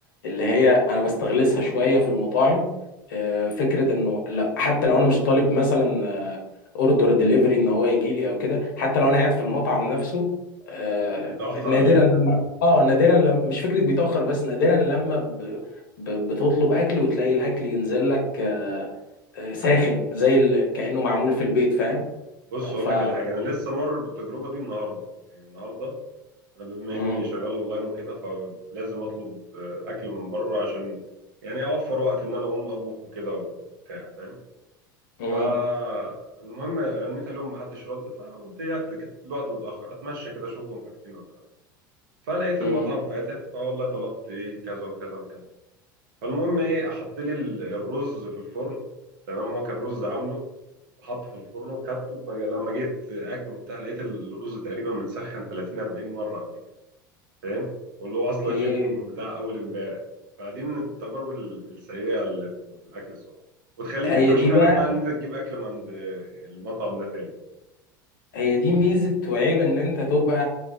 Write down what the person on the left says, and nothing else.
اللي هي انا بستغلسها شويه في المطاعم آه، فكره انه لا حتى لو انا مش طالب مثلا اوردر ديليفري ان هو يجي لي او كده حتى لو انا قاعد في المطعم نفسه آه،
نادرا
لما اه نادرا لما مش فكره بيتاخر بس نادرا لما ب... ب... بتطلب اكل وتلاقي الاكل ينزل لك آه، آه، ساخن زي ال... كانه معمول في البيت فاهم
آه،
ف
مم،
مم،
مم،
اوكي
هي
دي
بقى
هي دي ميزة وعيب ان انت تبقى